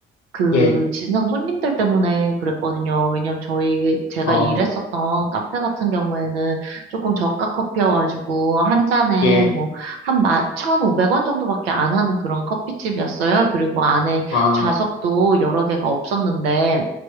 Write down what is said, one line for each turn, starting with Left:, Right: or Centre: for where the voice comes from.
Right: 그
Left: 예,
Right: 지상 손님들 때문에 그랬거든요. 왜냐면 저희 제가
Left: 어,
Right: 일했었던 카페 같은 경우에는 조금 저가 커피여가지고 한 잔에
Left: 예,
Right: 뭐한 1,500원 정도밖에 안 하는 그런 커피집이었어요. 그리고 안에
Left: 아,
Right: 좌석도 여러 개가 없었는데